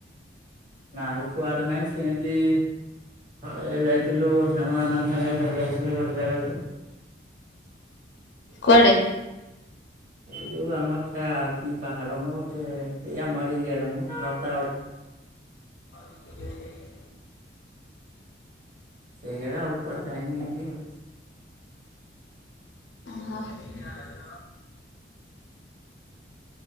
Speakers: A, on the right; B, on the left.
A: ନାଇଁ କୁଆଡ଼େ ନାହିଁ ସେନ୍ତି ହଁ ଯାଇଥିଲୁ ସାଙ୍ଗମାନଙ୍କ ସାଙ୍ଗେ ସେ ଯାଇଥିଲୁ ଗୋଟେ ଜାଗାକୁ।
B: କୁଆଡ଼େ?
A: ଏଇ ଯୋଉ ଆମର ସେଟା କି ପାହାଡ଼ ମ ଗୋଟେ ଏଇ ଆମରି ଇଆଡ଼େ ମ ରତାଗ
B: ଉତୁ ଦେଇ କାଇଁ
A: ସେଇ ଆଡ଼େ ଆଉ କୁଆଡ଼େ ଯାଇନି ଏମତି ଆଉ।
B: ଅଃ